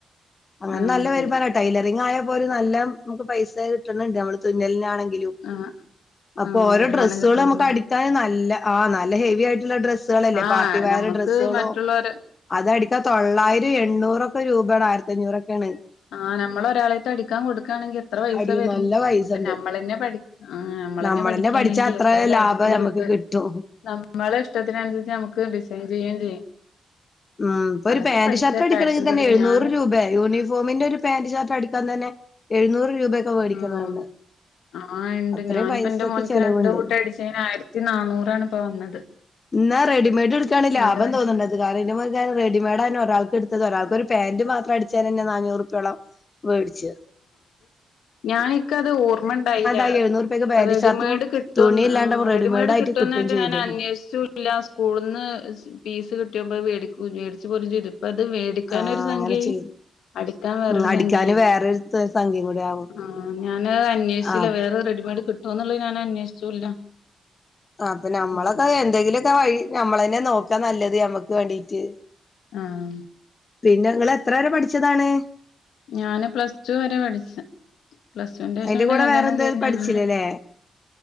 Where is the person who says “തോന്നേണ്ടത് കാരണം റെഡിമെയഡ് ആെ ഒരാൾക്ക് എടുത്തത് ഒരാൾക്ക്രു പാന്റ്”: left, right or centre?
Left